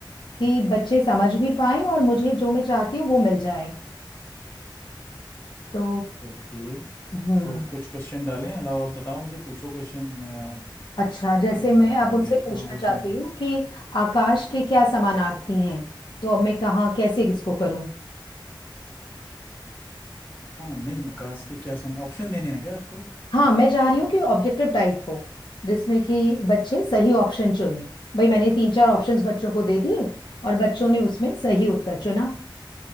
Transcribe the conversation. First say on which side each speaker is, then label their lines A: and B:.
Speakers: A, on the left; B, on the left.
A: कि बच्चे समझ भी पाए और मुझे जो मैं चाहती हूँ वो मिल जाए तो
B: ओके
A: हम्म
B: तो कुछ क्वेश्चन डालें अलावा आप बताओ मुझे पूछो क्वेश्चन मैं
A: अच्छा जैसे
B: आ,
A: मैं अब उनसे
B: देखता
A: पूछना
B: हूँ क्वेश्चन
A: चाहती हूँ कि आकाश के क्या समानार्थी हैं तो अब मैं कहाँ कैसे किसको करूँ
B: हाँ नहीं आकाश के क्या सम ऑप्शन देने हैं क्या आपको
A: हाँ मैं चाह रही हूँ कि ऑब्जेक्टिव टाइप हो जिसमें कि बच्चे सही ऑप्शन चुने भाई मैंने तीन चार ऑप्शंस बच्चों को दे दिए और बच्चों ने उसमें सही उत्तर चुना